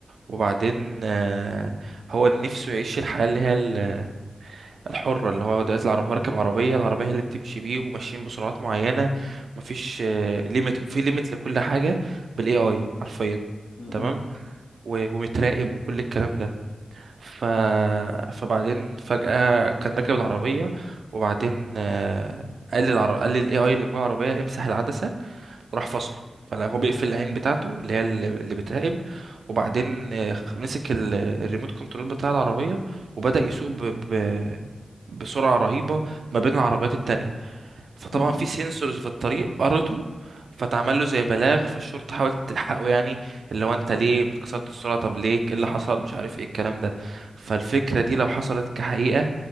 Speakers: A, on the right; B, on the left.
A: وبعدين آه، هو نفسه يعيش الحياة اللي هي الحرة اللي هو دلوقتي العربية راكب عربية العربية هي اللي بتمشي بيه وماشيين بسرعات معينة مفيش ليميت في ليميت لكل حاجة بالاي اي حرفيا
B: م-
A: تمام
B: م-
A: و- ومتراقب وكل الكلام ده ف... فبعدين فجأة كان راكب العربية وبعدين آه، قال للعر... قال للاي اي اللي جوه العربية امسح العدسة راح فصله فلا هو بيقفل العين بتاعته اللي هي اللي اللي بتراقب وبعدين آه، خ- مسك ال- الريموت كنترول بتاع العربية وبدأ يسوق ب... ب... بسرعة رهيبة ما بين العربيات التانية فطبعا
B: م- م.
A: في سنسورز في الطريق قرته فتعمل له زي بلاغ فالشرطة حاولت تلحقه يعني اللي هو انت ليه بتكسرت السرعة طب ليه ايه اللي حصل مش عارف ايه الكلام ده فالفكرة دي لو حصلت كحقيقة